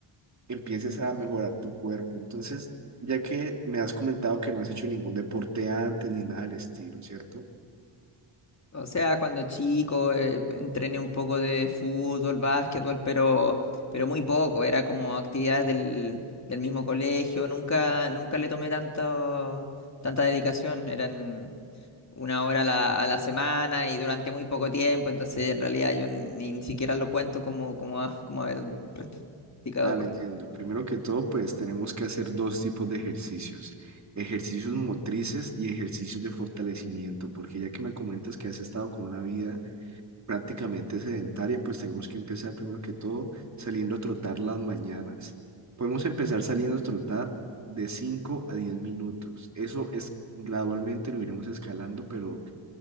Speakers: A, on the right (about 35°); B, on the left (about 35°).
A: empieces a mejorar tu cuerpo. Entonces, ya que me has comentado que no has hecho ningún deporte antes ni nada del estilo, ¿cierto?
B: O sea, cuando chico eh, entrené un poco de fútbol, básquetbol, pero, pero muy poco. Era como actividades del, del mismo colegio. Nunca, nunca le tomé tanto, tanta dedicación. Eran una hora a la, a la semana y durante muy poco tiempo. Entonces, en realidad, yo ni, ni siquiera lo cuento como, como, a- como haber practicado
A: Vale,
B: deporte.
A: entiendo. Primero que todo, pues tenemos que hacer dos tipos de ejercicios, ejercicios motrices y ejercicios de fortalecimiento, porque ya que me comentas que has estado con una vida prácticamente sedentaria, pues tenemos que empezar primero que todo saliendo a trotar las mañanas. Podemos empezar saliendo a trotar de 5 a 10 minutos. Eso es gradualmente lo iremos escalando, pero